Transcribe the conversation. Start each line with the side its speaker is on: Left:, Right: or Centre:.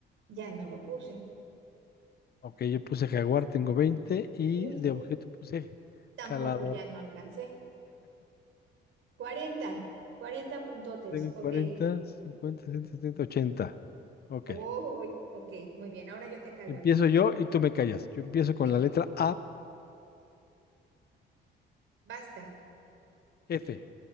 Right: ya no lo puse.
Left: ok, yo puse jaguar, tengo veinte Y
Right: Uy,
Left: de
Right: sí.
Left: objeto puse
Right: Tampoco
Left: jalador,
Right: ya no alcancé. 40, 40 puntotes.
Left: tengo
Right: Ok.
Left: 40, 50, 60, 70, ochenta, Ok,
Right: Oh, ok. Muy bien. Ahora yo te callo
Left: empiezo
Right: a ti.
Left: yo y tú me callas. Yo empiezo con
Right: Sí.
Left: la letra A,
Right: Basta.
Left: F,